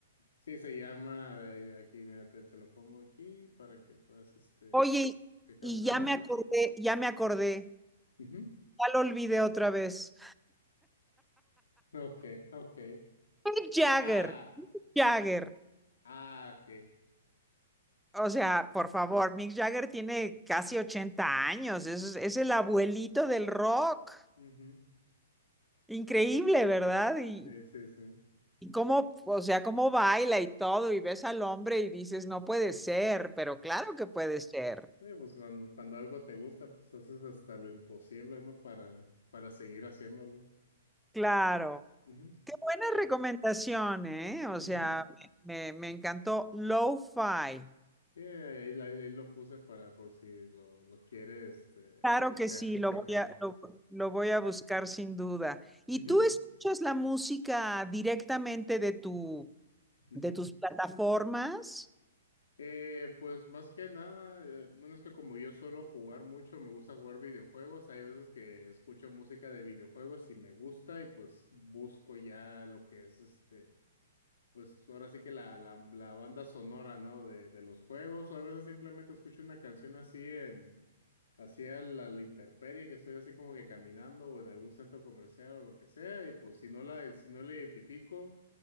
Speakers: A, on the left (about 75°); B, in the centre.
A: Sí, se llama, eh, aquí, mira, te, te lo pongo aquí para que puedas, este,
B: Oye,
A: checarlo,
B: y
A: ajá.
B: ya me acordé, ya me acordé,
A: Ujú.
B: ya lo olvidé otra vez.
A: Ok, ok.
B: Mick Jagger,
A: Ah,
B: Jagger.
A: ah, ok.
B: O sea,
A: Ujú.
B: por favor, Mick Jagger tiene casi 80 años, es, es el abuelito del rock.
A: Ujú.
B: Increíble, ¿verdad? Y,
A: Sí, sí, sí.
B: y cómo, o sea, cómo baila y todo, y ves al hombre y dices, no puede ser, pero claro que puede ser.
A: Eh, pues cuando, cuando algo te gusta, pues haces hasta lo imposible, ¿no? Para, para seguir haciéndolo.
B: Claro.
A: Ujú.
B: Qué buena
A: Eh,
B: recomendación, ¿eh? O
A: ujú.
B: sea, me, me me encantó Lo-Fi.
A: Sí, ahí, ahí- ahí lo puse para por si lo, lo quiere este,
B: Claro
A: checar.
B: que sí, lo
A: checar.
B: voy a, lo, lo voy a buscar sin duda. ¿Y
A: Ujú,
B: tú escuchas la música directamente de tu,
A: ujú.
B: de tus plataformas?
A: Eh, pues más que nada, eh, bueno, es que como yo suelo jugar mucho, me gusta jugar videojuegos, hay veces que escucho música de videojuegos y me gusta y pues busco ya lo que es este, pues ahora sí que la, la, la banda sonora, ¿no? De, de los juegos, o a veces simplemente escucho una canción así en, así a la, la intemperie, que estoy así como que caminando o en algún centro comercial o lo que sea, y pues si no la, si no la identifico,